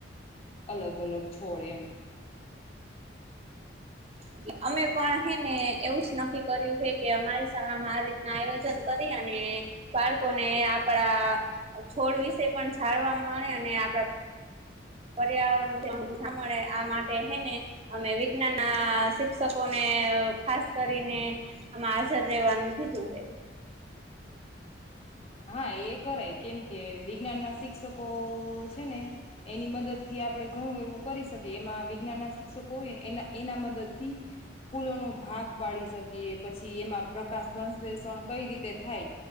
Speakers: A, on the left; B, on the right.
A: અલગ અલગ છોડ એમ
B: એટલે અમે પણ હે ને એવું જ નક્કી કર્યું હ કે અમારી શાળામાં આ રીતના આયોજન કરી અને બાળકોને આપડા છોડ વિશે પણ જાણવા મળે અને આપડા પર્યાવરણ સામતુ સાંભળે આ માટે હેને અમે વિજ્ઞાન ના શિક્ષકોને ખાસ કરીને આમાં હાજર રહેેવાનું કીધું હે
A: હા એ કરાય કેમકે વિજ્ઞાન ના શિક્ષકોઓ છે ને એની મદદ થી આપણે ઘણું એવું કરી શકીએ એમાં વિજ્ઞાન ના શિક્ષકો હોયને એના એના મદદ થી ફૂલોનો ભાગ પાડી શકીએ પછી એમાં પ્રકાશ સંશ્લેષણ કઈ રીતે થાય